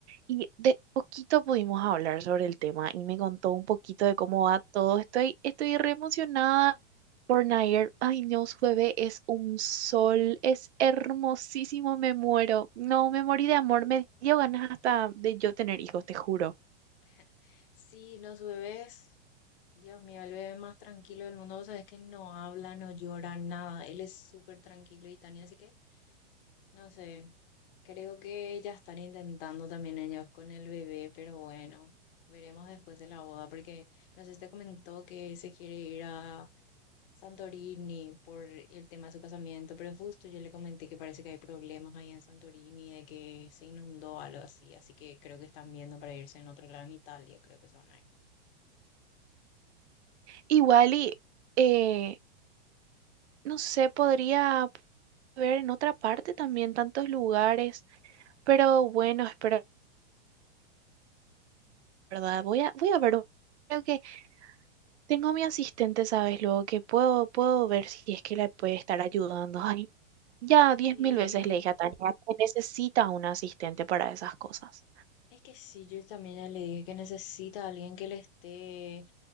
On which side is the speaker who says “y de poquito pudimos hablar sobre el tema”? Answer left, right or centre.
Right